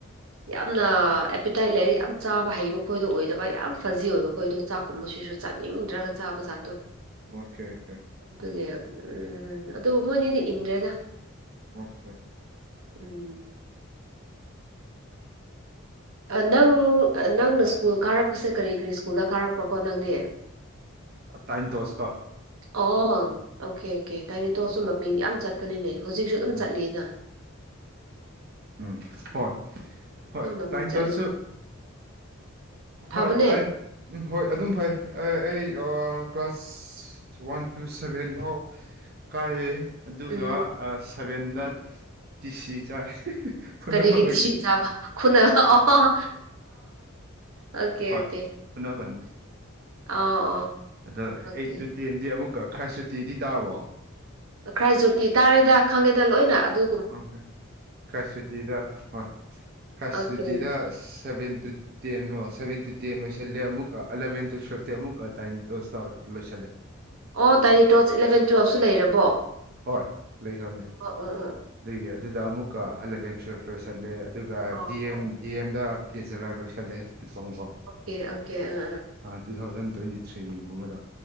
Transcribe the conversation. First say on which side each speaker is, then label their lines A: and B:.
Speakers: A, on the right; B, on the right.
A: ꯌꯥꯝꯅ ꯑꯦꯄꯤꯇꯥꯏꯠ ꯂꯩꯔ ꯌꯥꯝ ꯆꯥꯕ ꯍꯩꯕ ꯈꯣꯏꯗꯣ ꯑꯣꯏꯗꯕ ꯌꯥꯝ ꯐꯖꯤ ꯑꯣꯏꯕ ꯈꯣꯏꯗꯣ ꯆꯥꯛꯀꯨꯝꯕꯁꯤꯁꯨ ꯆꯥꯅꯤꯡꯗ꯭ꯔꯒ ꯆꯥꯕ ꯖꯥꯠꯗꯣ
B: ꯑꯣꯀꯦ ꯑꯣꯀꯦ
A: ꯑꯗꯨꯒꯤ ꯎꯝꯝ ꯑꯗꯨ ꯃꯣꯏꯅꯤꯗꯤ ꯏꯟꯗ꯭ꯔꯦꯗ
B: ꯑꯣꯀꯦ
A: ꯎꯝ ꯅꯪ ꯅꯪꯅ ꯁ꯭ꯀꯨꯜ ꯀꯥꯔꯛꯄꯁꯦ ꯀꯔꯤ ꯀꯔꯤ ꯁ꯭ꯀꯨꯜꯗ ꯀꯥꯔꯛꯄꯀꯣ ꯅꯪꯗꯤ
B: ꯇꯥꯏꯟ ꯇꯣꯁꯇ
A: ꯑꯣ ꯑꯣꯀꯦ ꯑꯣꯀꯦ ꯇꯥꯏꯅꯦꯇꯣꯇꯁꯨ
B: ꯎꯝ
A: ꯃꯃꯤꯡ ꯌꯥꯝ ꯆꯠꯄꯅꯤꯅ ꯍꯧꯖꯤꯛꯁꯨ ꯑꯗꯨꯝ
B: ꯎꯝ
A: ꯆꯠꯂꯤꯅ
B: ꯎꯝ ꯍꯣꯏ ꯍꯣꯏ
A: ꯑꯗꯨꯝ ꯃꯃꯤꯡ
B: ꯇꯥꯏꯅꯤꯇꯣꯠꯁꯨ
A: ꯆꯠꯂꯤ ꯐꯕꯅꯦ
B: ꯍꯣꯏ ꯇꯥꯏꯟ ꯍꯣꯏ ꯑꯗꯨꯝ ꯐꯩ ꯑꯩ ꯑ ꯀ꯭ꯂꯥꯁ ꯋꯥꯟ ꯇꯨ ꯁꯚꯦꯟ ꯐꯥꯎ ꯀꯥꯏꯑꯦ ꯑꯗꯨꯒ
A: ꯎꯝ ꯎꯝ
B: ꯑ ꯁꯚꯦꯟꯗ ꯇꯤ ꯁꯤ ꯆꯥꯏ ꯐꯨꯅꯕꯒꯤ
A: ꯀꯔꯤꯒꯤ ꯇꯤ ꯁꯤ ꯆꯥꯕ ꯈꯨꯅ ꯑꯣ ꯑꯣ ꯑ ꯑꯣꯀꯦ
B: ꯍꯣꯏ
A: ꯑꯣꯀꯦ
B: ꯐꯨꯅ
A: ꯑ ꯑꯣ
B: ꯑꯗ
A: ꯑꯣꯀꯦ
B: ꯑꯩꯠ ꯇꯨ ꯇꯦꯟꯗꯤ ꯑꯃꯨꯛꯀ ꯈ꯭ꯔꯥ ꯁꯨꯇꯤꯗꯤ ꯇꯥꯔꯕꯣ
A: ꯈ꯭ꯔꯥꯏꯖꯣꯇꯤ ꯇꯥꯔꯦꯗ ꯈꯪꯉꯦꯗ ꯂꯣꯏꯅ ꯑꯗꯨ
B: ꯑꯣꯦ ꯈꯁ ꯁꯨꯇꯤꯗ ꯍꯣꯏ ꯈꯥꯏ
A: ꯑꯣꯀꯦ
B: ꯁꯨꯇꯤꯗ ꯁꯚꯦꯟ ꯇꯨ ꯇꯦꯟ ꯂꯣ ꯁꯚꯦꯟ ꯇꯨ ꯇꯦꯟ ꯂꯣꯏꯁꯤꯜꯂꯦ ꯑꯃꯨꯛꯀ ꯑꯦꯂꯚꯦꯟ ꯇꯨ ꯇꯨꯌꯦꯜꯞꯇꯤ ꯑꯃꯨꯛꯀ ꯇꯥꯏꯅꯤ ꯇꯨ ꯂꯣꯏꯁꯤꯜꯂꯦ
A: ꯑꯣ ꯇꯥꯏꯅꯤꯇꯣꯠ ꯏꯂꯕꯦꯟ ꯇꯨꯌꯦꯜꯞꯁꯨ ꯂꯩꯔꯕ
B: ꯍꯣꯏ ꯂꯩꯈ꯭ꯔꯕꯅꯦ ꯑꯗꯨꯒꯤ
A: ꯑꯣ
B: ꯑꯗꯨꯗ ꯑꯃꯨꯛꯀ ꯑꯦꯂꯚꯦꯟ ꯇꯨꯋꯦꯜꯐ ꯂꯣꯏꯁꯤꯜꯂꯦ ꯑꯗꯨꯒ
A: ꯑꯣ ꯑꯣ
B: ꯗꯤ ꯑꯦꯝ
A: ꯑꯣ
B: ꯗꯤ ꯑꯦꯝꯗ ꯕꯤꯦꯆꯂꯔ ꯂꯣꯏꯁꯤꯜꯂꯦ ꯄꯤ ꯀꯉꯨꯀꯣ
A: ꯑꯣꯀꯦ ꯑꯣꯀꯦ ꯑ
B: ꯇꯨꯊꯥꯎꯖꯟ ꯇ꯭ꯋꯦꯟꯇꯤ ꯊ꯭ꯔꯤꯒꯨꯝꯕꯗ